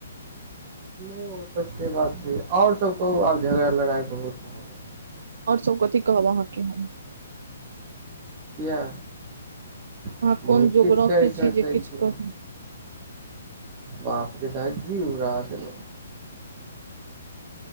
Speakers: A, on the right; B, on the right.
A: नहि ओ तऽ से बात छै आओर सब कहू आब झगड़ा लड़ाइ बहुत भऽ गेल
B: और सब कथी कहब अहाँके हम
A: किया बहुत
B: अहाँ कोन जोग
A: किछु
B: रखे
A: कहै सकय
B: जे किछु
A: छी
B: कहू
A: बापरे धजी उरा देल